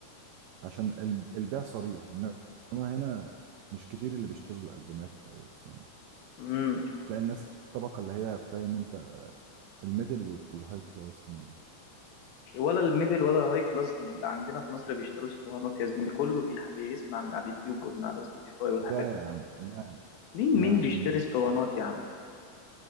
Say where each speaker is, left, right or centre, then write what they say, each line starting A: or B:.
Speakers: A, on the right (about 90°); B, on the left (about 75°).
A: عشان ال- البيع صريح انما هنا مش كتير اللي بيشتروا الالبومات او الاسطوانه
B: امم
A: تلاقي الناس الطبقه اللي هي فاهم انت الميدل والهاي كلاس ميبي
B: ولا الميدل ولا الهاي كلاس اللي عندنا في مصر بيشتروا اسطوانات يا زميلي كله بيح- بيسمع من على اليوتيوب ومن على سبوتيفاي والحاجات
A: لا
B: دي
A: يا عم لا
B: مين
A: لا
B: مين
A: يا عم
B: بيشتري
A: في ناس
B: اسطوانات
A: بتشتري
B: يا عم